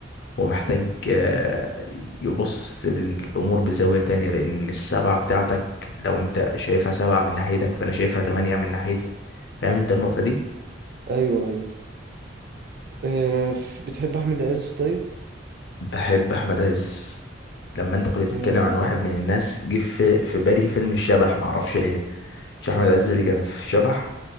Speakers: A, on the left; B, on the right.
A: هو محتاج آه، يبص للأمور بزاوية تانية لأن السبعة بتاعتك لو أنت شايفها سبعة من ناحيتك فأنا شايفها تمانية من ناحيتي فاهم أنت النقطة دي؟
B: أيوه أيوه آه، ف- بتحب أحمد عز طيب؟
A: بحب أحمد عز لما أنت كنت بتتكلم
B: آه.
A: عن واحد من الناس جه في في بالي فيلم الشبح معرفش ليه مش أحمد
B: تسلم
A: عز اللي كان في شبح